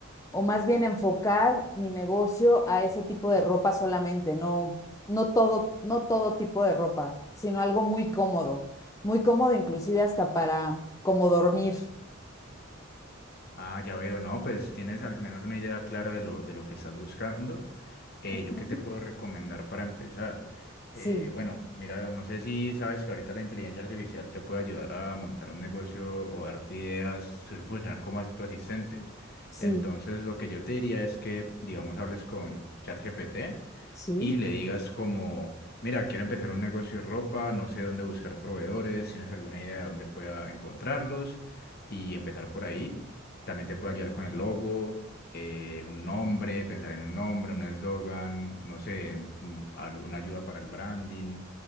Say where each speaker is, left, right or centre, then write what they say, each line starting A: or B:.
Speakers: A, on the left; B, on the left.
A: o más bien enfocar mi negocio a ese tipo de ropa solamente, no, no todo, no todo tipo de ropa, sino algo muy cómodo muy cómodo, inclusive hasta para como dormir.
B: Ah, ya veo. No, pues tienes al menos una idea clara de lo, de lo que estás buscando. Eh,
A: Ujú.
B: ¿yo qué te puedo recomendar para empezar? Eh,
A: Sí,
B: bueno, mira, no sé si sabes que ahorita la inteligencia artificial te puede ayudar a montar un negocio o darte ideas, su- funcionar como as- tu asistente.
A: sí,
B: Entonces, lo que yo te diría es que, digamos, hables con ChatGPT
A: sí.
B: y le digas como, mira, quiero empezar un negocio de ropa, no sé dónde buscar proveedores, tienes alguna idea de dónde pueda encontrarlos y empezar por ahí. También te puede ayudar con el logo, eh, un nombre, pensar en un nombre, un eslogan, no sé, en- en alguna ayuda para el branding.